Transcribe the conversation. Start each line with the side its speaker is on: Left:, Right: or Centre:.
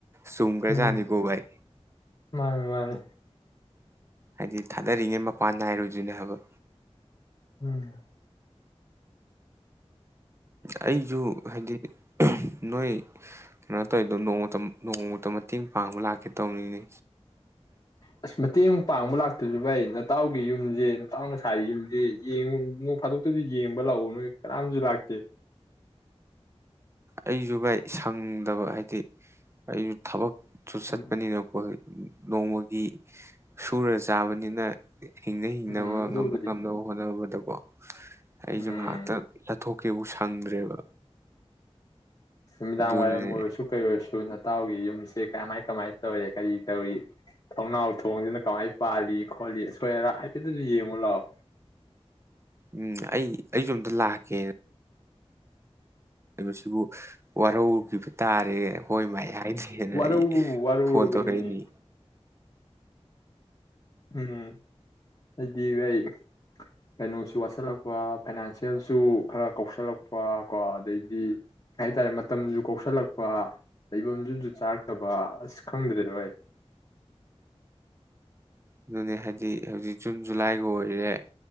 Right: ꯁꯨꯝꯈ꯭ꯔꯦꯖꯥꯠꯅꯤꯀꯣ
Left: ꯎꯝ
Right: ꯚꯥꯏ
Left: ꯃꯥꯅꯦ ꯃꯥꯅꯤ
Right: ꯍꯥꯏꯗꯤ ꯊꯥꯗꯔꯤꯉꯩ ꯃꯄꯥꯟ ꯅꯥꯏꯔꯣꯏꯗꯣꯏꯅꯦ ꯍꯥꯏꯕ
Left: ꯎꯝ
Right: ꯑꯩꯁꯨ ꯍꯥꯏꯗꯤ ꯅꯣꯏ ꯀꯩꯅꯣ ꯇꯧꯋꯔꯤꯗꯣ ꯅꯣꯡꯃꯇ ꯅꯣꯡꯃꯇ ꯃꯇꯦꯡ ꯄꯥꯡꯕ ꯂꯥꯛꯀꯦ ꯇꯧꯕꯅꯤꯅꯦ
Left: ꯑꯁ ꯃꯇꯦꯡ ꯄꯥꯡꯕ ꯂꯥꯛꯇꯁꯨ ꯚꯥꯏ ꯅꯇꯥꯎꯒꯤ ꯌꯨꯝꯁꯦ ꯅꯇꯥꯎꯅ ꯁꯥꯏ ꯌꯨꯝꯗꯤ ꯌꯦꯡꯉꯨ ꯅꯣꯡ ꯐꯥꯗꯣꯛꯇꯁꯨ ꯌꯦꯡꯕ ꯂꯥꯛꯎ ꯅꯣꯏ ꯀꯅꯥꯝꯁꯨ ꯂꯥꯛꯇꯦ
Right: ꯑꯩꯁꯨ ꯚꯥꯏ ꯁꯪꯗꯕ ꯍꯥꯏꯗꯤ ꯑꯩꯁꯨ ꯊꯕꯛ ꯆꯨꯠꯄꯅꯤꯅ
Left: ꯎꯝ
Right: ꯀꯣꯂꯦꯁ ꯅꯣꯡꯃꯒꯤ ꯁꯨꯔ ꯆꯥꯕꯅꯤꯅ ꯍꯤꯡꯅ ꯍꯤꯡꯅꯕ
Left: ꯎꯝ ꯑꯗꯨꯕꯨꯗꯤ
Right: ꯉꯝꯅꯕ ꯉꯝꯅꯕ ꯍꯣꯠꯅꯕꯗ <unintelligible> ꯑꯩꯁꯨ
Left: ꯎꯝ
Right: ꯉꯥꯏꯍꯥꯛꯇ ꯇꯥꯊꯣꯛꯀꯦꯕꯨ ꯁꯪꯗ꯭ꯔꯦꯕ
Left: ꯅꯨꯃꯤꯗꯥꯡ
Right: ꯑꯗꯨꯅꯅꯦ
Left: ꯋꯥꯏꯔꯝ ꯑꯣꯏꯔꯁꯨ ꯀꯩ ꯑꯣꯏꯔꯁꯨ ꯅꯇꯎꯒꯤ ꯌꯨꯝ ꯁꯦ ꯀꯃꯥꯏ ꯀꯃꯥꯏꯅ ꯇꯧꯔꯤ ꯀꯔꯤ ꯇꯧꯔꯤ ꯊꯣꯡꯅꯥꯎ ꯊꯣꯡꯁꯤꯅ ꯀꯃꯥꯏꯅ ꯄꯥꯜꯂꯤ ꯈꯣꯂꯤ ꯑꯁꯣꯏ ꯑꯔꯥ ꯍꯥꯏꯐꯦꯠꯇꯁꯨ ꯌꯦꯡꯉꯨ ꯂꯥꯛꯑꯣ
Right: ꯎꯝ ꯑꯩ ꯑꯩꯁꯨ ꯑꯝꯇ ꯂꯥꯛꯀꯦꯅ ꯍꯥꯏꯕꯁꯤꯕꯨ ꯋꯥꯔꯧꯈꯤꯕ ꯇꯥꯔꯦ ꯍꯣꯏ ꯃꯥꯏ ꯍꯥꯏꯗꯦꯅ
Left: ꯋꯥꯔꯧꯕꯕꯨ
Right: ꯑꯩ
Left: ꯋꯥꯔꯧꯔꯕꯅꯤꯅꯦ
Right: ꯐꯣꯟ ꯇꯧꯔꯛꯏꯅꯤ
Left: ꯎꯝ ꯍꯥꯏꯗꯤ ꯑꯩ ꯀꯩꯅꯣꯁꯨ ꯋꯥꯠꯁꯜꯂꯛꯄ ꯐꯥꯏꯅꯥꯟꯁꯤꯜꯁꯨ ꯈꯔ ꯀꯧꯁꯜꯂꯛꯄ ꯀꯣ ꯑꯗꯩꯗꯤ ꯀꯩ ꯍꯥꯏꯇꯥꯔꯦ ꯃꯇꯝꯁꯨ ꯀꯧꯁꯤꯜꯂꯛꯄ ꯂꯩꯐꯝꯗꯨꯁꯨ ꯆꯥꯔꯛꯇꯕ ꯑꯁ ꯈꯪꯗ꯭ꯔꯦꯗ ꯑꯩ
Right: ꯑꯗꯨꯅꯦ ꯍꯥꯏꯕꯗꯤ ꯍꯧꯖꯤꯛ ꯖꯨꯟ ꯖꯨꯂꯥꯏꯒ ꯑꯣꯏꯔꯦ